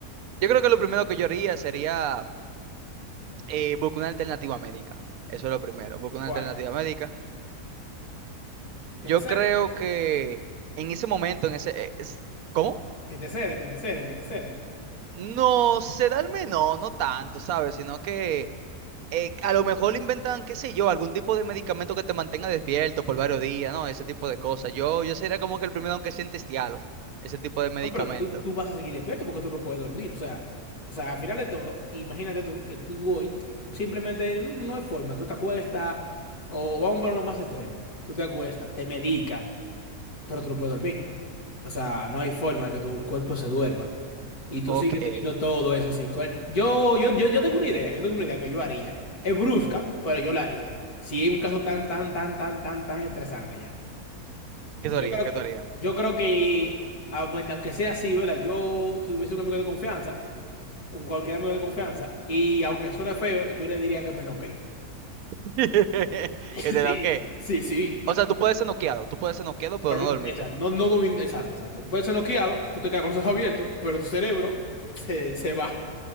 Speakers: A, on the right (about 75°); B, on the left (about 80°).
A: yo creo que lo primero que yo haría sería eh, buscar una alternativa médica. Eso es lo primero, buscar
B: ¿Cuál?
A: una alternativa médica.
B: Que
A: Yo
B: te ceden,
A: creo que en ese momento, en ese... eh, es- ¿Cómo?
B: que te ceden, que te ceden, que te ceden.
A: No, sedarme no, no tanto, ¿sabes? Sino que eh, a lo mejor inventan, qué sé yo, algún tipo de medicamento que te mantenga despierto por varios días, ¿no? Ese tipo de cosas. Yo, yo sería como que el primero aunque sea en testialo, ese tipo de medicamento.
B: No, pero tú, tú vas a seguir despierto porque tú no puedes dormir. O sea, o sea, al final de todo, imagínate tú que tú hoy simplemente no hay forma. Tú te acuestas, o vamos a ponerlo más extremo. Tú te acuestas, te medicas, pero tú no puedes dormir. O sea, no hay forma de que tu cuerpo se duerma. Y tú
A: Ok.
B: sigues
A: ¿Qué
B: teniendo todo eso así. col- Yo, yo, yo, yo tengo una idea, yo tengo una idea que yo haría. Es brusca, pero yo la haría. Si es un caso tan, tan, tan, tan, tan, tan estresante ya. Yo
A: tú harías?
B: creo,
A: ¿Qué tú harías?
B: yo creo que, aun- aunque sea así, ¿verdad? Yo tuviese un amigo de confianza, un cualquier amigo de confianza, y aunque suene feo, yo le diría que me noquee.
A: <laughs> ¿Qué
B: <laughs>
A: te da?
B: Sí,
A: ¿Qué?
B: sí, sí.
A: O sea, tú puedes ser noqueado, tú puedes ser noqueado, pero
B: Pero
A: no
B: no,
A: dormiste.
B: exacto, no, no domin- exacto, exacto. Puedes ser noqueado, tú te quedas con los ojos abiertos, pero tu cerebro se, se va,